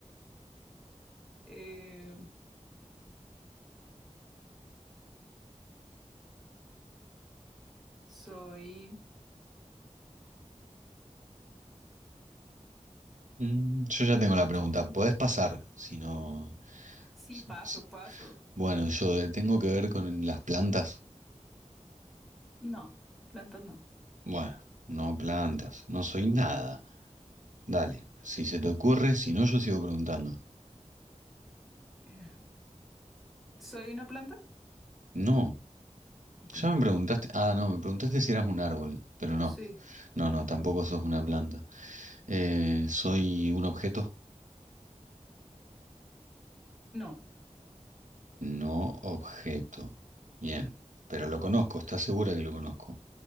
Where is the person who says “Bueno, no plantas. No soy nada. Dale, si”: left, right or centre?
Right